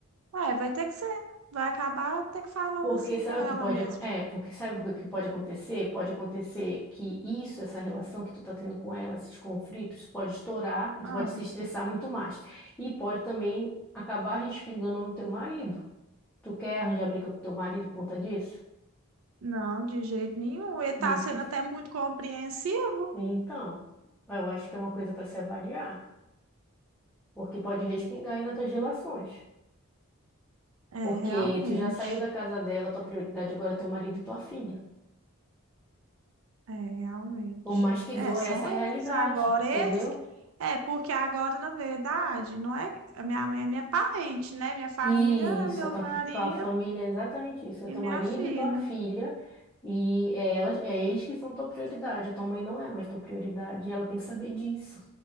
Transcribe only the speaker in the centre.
Porque
sabe
o que pode,
acon- é, porque sabe o que pode acontecer? Pode acontecer que isso, essa relação que tu tá tendo com ela, esses conflitos, pode estourar e tu
pode se estressar muito mais. E pode também acabar respingando no teu marido. Tu quer arranjar briga com teu marido por conta disso?
Opa.
Então, eu acho que é uma coisa para se avaliar, porque pode respingar aí nas tuas relações.
Porque
tu já saiu da casa dela, tua prioridade agora é teu marido e tua filha.
Por mais que
doa,
essa é
a realidade,
entendeu?
E
isso,
a tua,
tua família é exatamente isso, é
teu
marido
e tua filha, e é, elas, é eles que são tua prioridade, a tua mãe não é mais tua prioridade, e ela tem que saber disso.